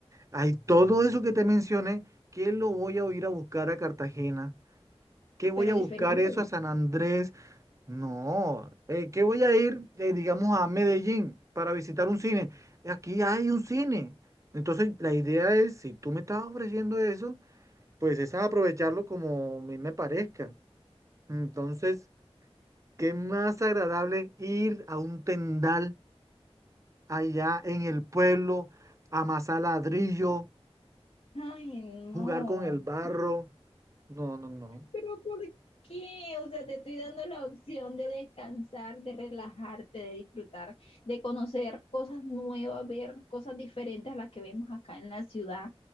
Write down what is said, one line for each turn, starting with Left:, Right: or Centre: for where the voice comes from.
Right: hay todo eso que te mencioné. ¿Qué lo voy a ir a buscar a Cartagena? ¿Qué voy
Left: pero
Right: a
Left: diferente.
Right: buscar eso a San Andrés? No, eh, que voy a ir, eh, digamos, a Medellín para visitar un cine. Aquí hay un cine. Entonces, la idea es, si tú me estás ofreciendo eso, pues es aprovecharlo como a mí me parezca. Entonces, qué más agradable ir a un tendal allá en el pueblo, amasar ladrillo,
Left: Ay, no.
Right: jugar con el barro. No, no, no.
Left: Pero ¿por qué? O sea, te estoy dando la opción de descansar, de relajarte, de disfrutar, de conocer cosas nuevas, ver cosas diferentes a las que vemos acá en la ciudad.